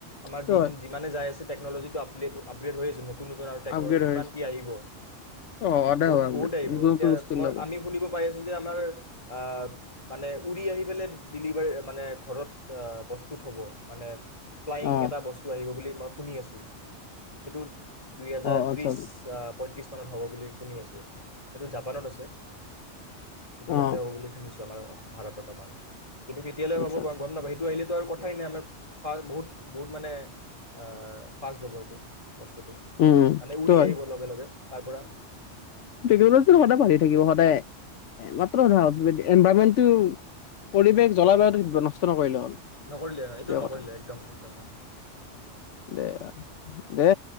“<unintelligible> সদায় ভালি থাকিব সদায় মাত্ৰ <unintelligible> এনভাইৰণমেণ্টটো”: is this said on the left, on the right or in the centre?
Left